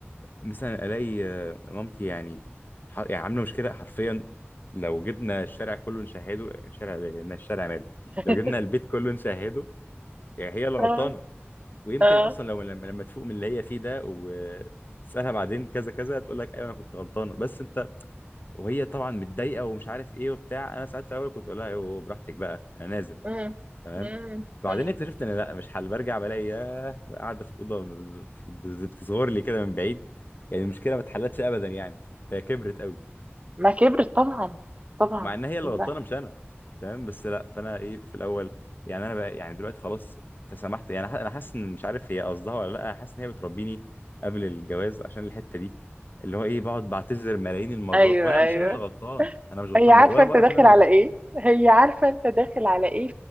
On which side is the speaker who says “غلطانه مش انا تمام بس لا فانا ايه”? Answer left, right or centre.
Left